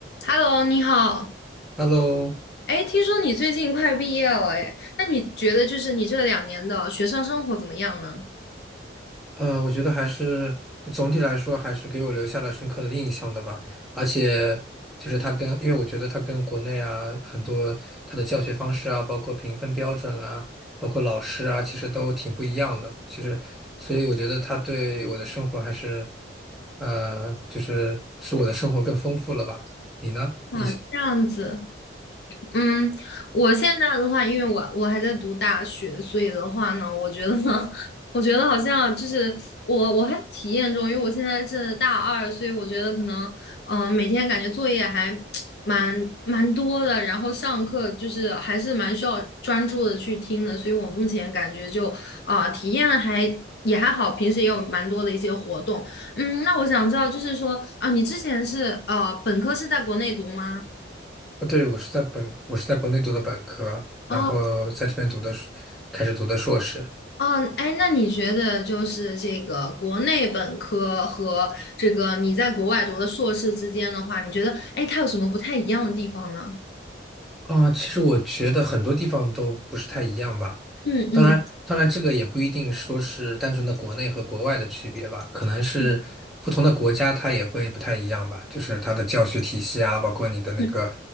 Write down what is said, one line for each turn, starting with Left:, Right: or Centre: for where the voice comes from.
Left: Hello，你好。
Centre: Hello，
Left: 哎，听说你最近快毕业了，哎，那你觉得就是你这两年的学生生活怎么样呢？
Centre: 呃，我觉得还是就总体来说，还是给我留下了深刻的印象的吧。而且就是他跟，因为我觉得他跟国内啊很多他的教学方式啊，包括评分标准啊，包括老师啊，其实都挺不一样的。其实，所以我觉得他对我的生活还是，呃，就是使我的生活更丰富了吧。你呢？
Left: 啊，
Centre: 你，
Left: 这样子。嗯，我现在的话，因为我我还在读大学，所以的话呢，我觉得，呢，<laughs> 我觉得好像就是我我还在体验中，因为我现在是大二，所以我觉得可能，嗯、每天感觉作业还 <tsk> 蛮蛮多的，然后上课就是还是蛮需要专注的去听的，所以我目前感觉就啊、体验还也还好，平时也有蛮多的一些活动。嗯，那我想知道，就是说啊、你之前是呃本科是在国内读吗？
Centre: 呃对，我是在本，我是在国内读的本科，然后在这边读的是，
Left: 哦。
Centre: 开始读的硕士。
Left: 哦，哎，那你觉得就是这个国内本科和这个你在国外读的硕士之间的话，你觉得哎，它有什么不太一样的地方呢？
Centre: 啊、其实我觉得很多地方都不是太一样吧。
Left: 嗯嗯
Centre: 当然，当然，这个也不一定说是单纯的国内和国外的区别吧，可能是不同的国家它也会不太一样吧，
Left: 嗯
Centre: 就是它的教学体系啊，包括你的那个
Left: 嗯